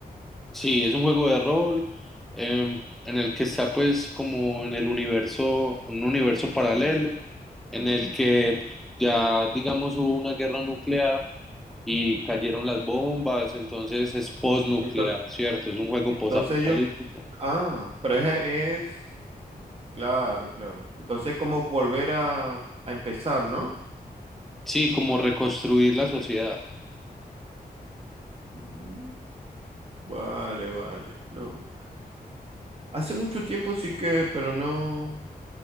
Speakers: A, in the centre; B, on the right (about 40°).
A: Sí, es un juego de rol eh, en el que está pues como en el universo, un universo paralelo, en el que ya digamos hubo una guerra nuclear y cayeron las bombas, entonces es postnuclear,
B: Entonces,
A: ¿cierto? Es un juego
B: entonces
A: posapocalíptico.
B: ellos, ah, pero es, es, claro, claro. Entonces, cómo volver a, a empezar, ¿no?
A: Sí, como reconstruir la sociedad.
B: Mm, Vale, vale, no. Hace mucho tiempo sí que, pero no.